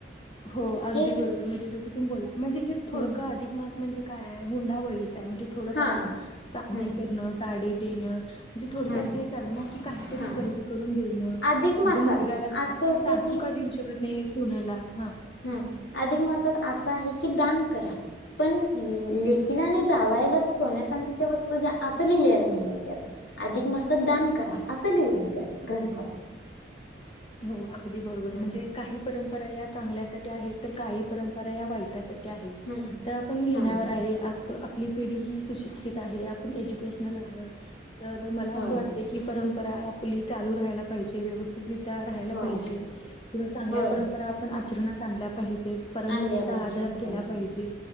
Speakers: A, on the left; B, on the left.
A: हो अगदी
B: हे
A: बरोबर, म्हणजे जसं तुम्ही बोलला म्हणजे हेच थोडंकं
B: हम्म
A: अधिक मास म्हणजे काय हाय हुंडाबळी. म्हणजे थोडफार
B: हा
A: आता चांदी
B: हम्म
A: करण साडी देण म्हणजे थोडक्यात
B: हम्म
A: तेचं आलं ना की काही
B: हा
A: खरेदी करून देणं,
B: अधिक
A: म्हंजे
B: मासात
A: मुलग्याला,
B: असं
A: काय
B: होतं
A: सासू
B: की
A: का देऊ शकत नाही सुनेला, हा
B: हम्म, अधिक मासांत असं आहे की, दान करा. पण लेकीला आणि जावायलाचं सोन्या चांदीच्या वस्तू ह्या असं लिहिलेलं नाहीय त्यात. अधिक मासात दान करा असं लिवलंय त्यात ग्रंथात.
A: <inaudible> हो. अगदी बरोबर, म्हणजे
B: हम्म
A: काही परंपरा या चांगल्यासाठी आहेत तर काही परंपरा या वाईटा साठी आहेतं.
B: हम्म
A: तर आपण घेण्यावर
B: हम्म
A: आहे. आ त आपली पिढी ही सुशिक्षित आहे, आपण एज्युकेशनल आहोतं. तर मला
B: हा
A: असं वाटतंय की, परंपरा आपली चालू राहायला पाहिजे व्यवस्थित त्या राहायला
B: होय
A: पाहिजे
B: होय
A: किंवा चांगल्या
B: होय
A: परंपरा आपण आचरणात आणल्या पाहिजे. परंपरेचा
B: आणल्या पाहिजेत
A: आधार केला
B: होय
A: पाहिजे.